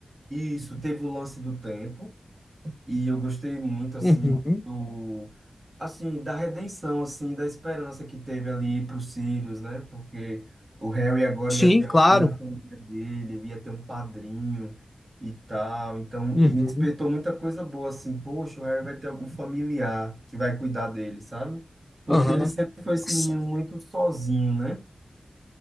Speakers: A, on the right; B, on the left.
A: Isso, teve o lance do tempo. E eu gostei muito, assim,
B: Uhum.
A: do, assim, da redenção, assim, da esperança que teve ali para os Sirius, né? Porque o Harry agora
B: Sim,
A: ia ter
B: claro.
A: alguém da família dele, ia ter um padrinho e tal. Então,
B: Uhum.
A: me despertou muita coisa boa, assim, poxa, o Harry vai ter um familiar que vai cuidar dele, sabe? Porque
B: Aham.
A: ele sempre foi esse
B: Nossa.
A: menino muito sozinho, né?